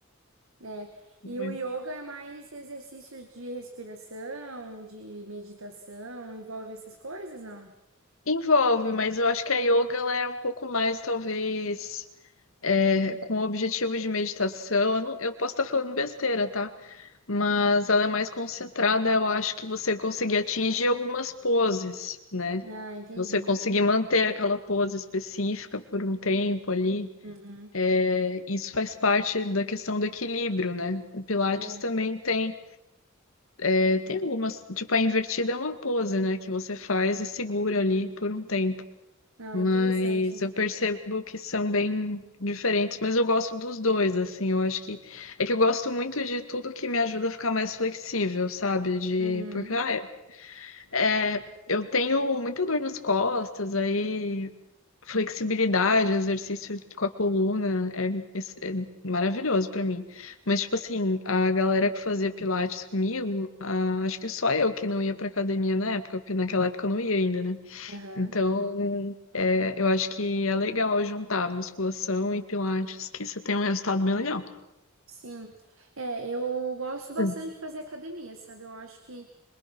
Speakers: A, on the right; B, on the left.
A: é,
B: Muito.
A: e o yoga é mais exercícios de respiração, de meditação, envolve essas coisas, não?
B: Envolve, mas eu acho que a yoga ela é um pouco mais, talvez, é, com o objetivo de meditação. Eu, não- eu posso estar falando besteira, tá? Mas ela é mais concentrada, eu acho que você conseguir atingir algumas poses, né?
A: Ah, entendi.
B: Você conseguir manter aquela pose específica por um tempo ali,
A: Uhum.
B: é, isso faz parte da questão do equilíbrio, né? O Pilates
A: É.
B: também tem, é, tem algumas, tipo, a invertida é uma pose, né, que você faz e segura ali por um tempo.
A: Ah,
B: Mas
A: interessante.
B: eu percebo que são bem diferentes, mas eu gosto dos dois, assim, eu acho que é que eu gosto muito de tudo que me ajuda a ficar mais flexível, sabe? De
A: Uhum.
B: porque ah, é, eu tenho muita dor nas costas, aí Flexibilidade, exercício com a coluna, é, es- é maravilhoso pra mim. Mas, tipo assim, a galera que fazia pilates comigo, ah, acho que só eu que não ia pra academia na época, porque naquela época eu não ia ainda, né?
A: Aham.
B: Então, é, eu acho que é legal juntar musculação e pilates, que você tem um resultado bem legal.
A: Sim. É, eu gosto bastante
B: Hum.
A: de fazer academia, sabe? Eu acho que